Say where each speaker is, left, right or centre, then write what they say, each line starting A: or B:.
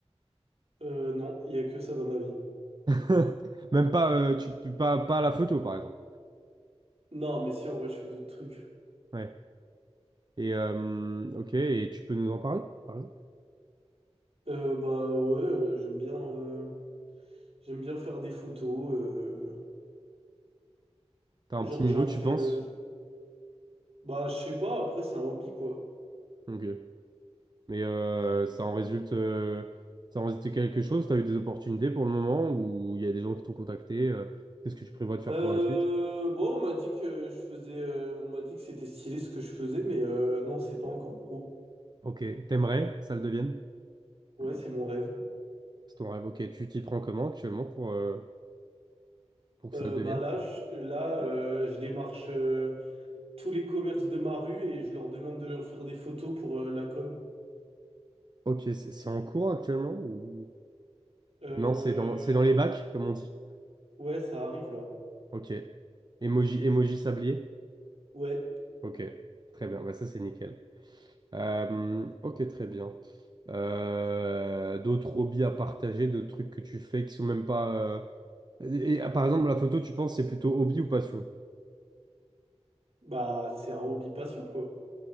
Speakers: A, on the right; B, on the right.
A: Euh, non, il y a que ça dans ma vie.
B: <laughs> Même pas, euh, tu, tu- pas, pas à la photo, par exemple.
A: Non, mais si, en vrai, je fais d'autres trucs.
B: Ouais. Et, euh, ok, et tu peux nous en parler, par exemple?
A: Euh, bah ouais, euh, j'aime bien... euh, J'aime bien faire des photos. euh,
B: T'as un
A: Genre,
B: petit niveau,
A: j'en
B: tu
A: fais.
B: penses?
A: euh, Bah, je sais pas, après, c'est un hobby, quoi.
B: Ok. Mais euh, ça en résulte, euh, ça en résulte quelque chose? Tu as eu des opportunités pour le moment où il y a des gens qui t'ont contacté? euh, qu'est-ce que tu prévois de faire
A: Euh,
B: pour la suite?
A: Bon, on m'a dit que je faisais. euh, On m'a dit que c'était stylé ce que je faisais, mais euh, non, c'est pas encore pro.
B: Ok, t'aimerais que ça le devienne?
A: Ouais, c'est mon rêve.
B: C'est ton rêve. Ok, tu t'y prends comment actuellement pour, euh, pour que
A: Euh,
B: ça le devienne?
A: bah là, je, là, euh, je démarche euh, tous les commerces de ma rue et je leur demande de leur faire des photos pour euh, la com.
B: Ok, c'est c'est en cours actuellement ou...
A: Euh,
B: Non, c'est dans, c'est dans les bacs, comme on dit.
A: Ouais, ça arrive là.
B: Ok. Emoji, emoji sablier?
A: Ouais,
B: Ok, très bien. Bah, ça, c'est nickel. Euh, ok, très bien. Euh, d'autres hobbies à partager, d'autres trucs que tu fais qui sont même pas... euh, Et, et, par exemple, la photo, tu penses c'est plutôt hobby ou passion?
A: bah c'est un hobby passion quoi.